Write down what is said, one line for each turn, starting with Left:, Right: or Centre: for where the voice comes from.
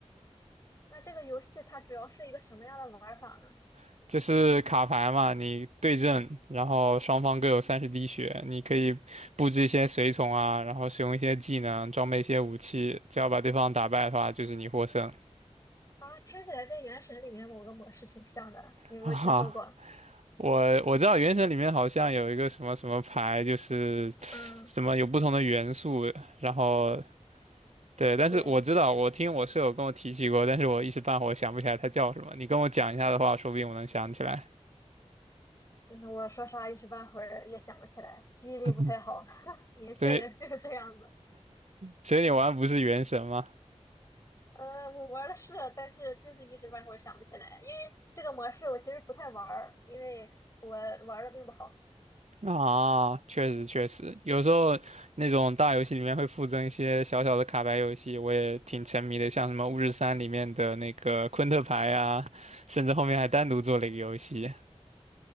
Left: 那这个游戏它主要是一个什么样的玩儿法呢？
Right: <laughs> 就是卡牌嘛，你对阵，然后双方各有三十滴血，你可以布置一些随从啊，然后使用一些技能，装备一些武器，只要把对方打败的话，就是你获胜。
Left: 啊，听起来跟《原神》里面某个模式挺像的，
Right: <laughs>
Left: 你有没有听说过？
Right: 哈哈，我我知道原神里面好像有一个什么什么牌，就是
Left: 嗯，
Right: 什么有不同的元素，然后对，但是我知道，
Left: 对。
Right: 我听我舍友跟我提起过，但是我一时半会儿想不起来它叫什么。你跟我讲一下的话，说不定我能想起来。
Left: 嗯，我说啥一时半会儿也想不起来，记忆力不太好，
Right: <laughs>
Left: <laughs> 年轻人就是这样子。
Right: 所以所以你玩不是原神吗？
Left: 呃，我玩的是，但是就是一时半会儿想不起来，因为这个模式我其实不太玩儿，因为我玩的并不好。
Right: 啊，确实确实，有时候那种大游戏里面会附赠一些小小的卡牌游戏，我也挺沉迷的，像什么《巫师三》里面的那个昆特牌啊，甚至后面还单独做了一个游戏。